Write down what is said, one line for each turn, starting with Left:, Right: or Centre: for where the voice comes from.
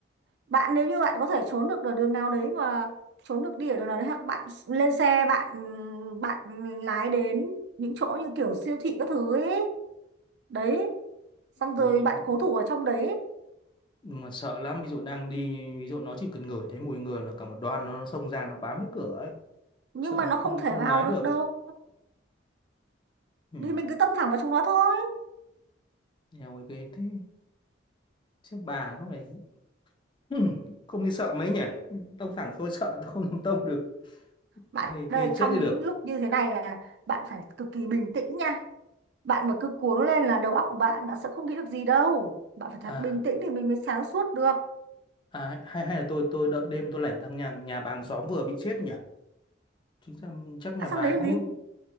Right: bạn nếu như bạn có thể trốn được ở đường nào đấy mà trốn được đi ở đường nào đấy hoặc bạn lên xe bạn bạn lái đến những chỗ như kiểu siêu thị các thứ ấy đấy xong rồi
Left: Ôi, nhưng
Right: bạn cố thủ ở trong đấy
Left: nhưng mà sợ lắm ví dụ đang đi ví dụ nó chỉ cần ngửi thấy mùi người là cả một đoàn nó, nó xông ra nó bám hết cửa ấy
Right: nhưng
Left: sợ
Right: mà
Left: mình
Right: nó không
Left: không không
Right: thể vào
Left: lái
Right: được
Left: được
Right: đâu
Left: ấy. Ừ.
Right: thì mình cứ tông thẳng vào chúng nó thôi
Left: Eo ơi ghê thế chứ bà có phải <laughs> Ừm, không đi sợ mấy nhỉ tông thẳng tôi sợ tôi không làm tông được
Right: bạn
Left: ghê,
Right: ơi
Left: ghê chết
Right: trong
Left: đi được
Right: những lúc như thế này là bạn phải cực kỳ bình tĩnh nha bạn mà cứ cuống lên là đầu óc của bạn nó sẽ không nghĩ được gì đâu bạn phải thật
Left: à,
Right: bình tĩnh thì mình mới sáng suốt được
Left: à hay hay là tôi tôi đợi đêm tôi lẻn sang nhà nhà bà hàng xóm vừa bị chết nhỉ chính ra chắc nhà
Right: đã
Left: bà
Right: sang đấy
Left: ấy
Right: làm
Left: có
Right: gì
Left: một